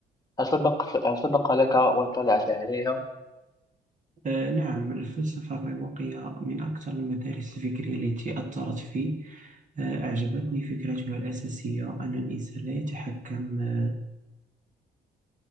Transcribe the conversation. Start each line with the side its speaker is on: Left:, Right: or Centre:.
Left: هل سبق هل سبق لك واطلعت عليها؟
Right: آه، نعم الفلسفة الرواقية من أكثر المدارس الفكرية التي أثرت في آه، أعجبتني فكرتها الأساسية أن الإنسان لا يتحكم آه،